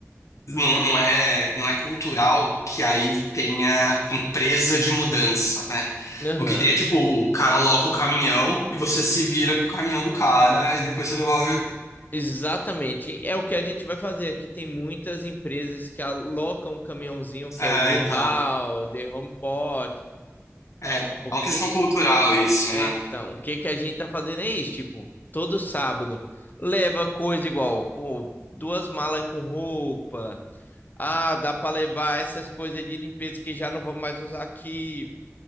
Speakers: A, on the left; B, on the left.
A: não, não é, não é cultural que aí tenha empresa de mudança, né?
B: Aham.
A: O que tem é tipo, o cara aloca o caminhão e você se vira com o caminhão do cara e depois você devolve
B: Exatamente. É o que a gente vai fazer aqui. Tem muitas empresas que alocam um caminhãozinho que
A: É,
B: é U-Haul,
A: então.
B: The Home Pot.
A: É, é
B: O
A: uma
B: que
A: questão cultural isso,
B: é
A: né?
B: então? O que que a gente tá fazendo é isso, tipo, todo sábado leva coisa igual, pô, duas malas com roupa. Ah, dá para levar essas coisas de limpeza que já não vamos mais usar aqui.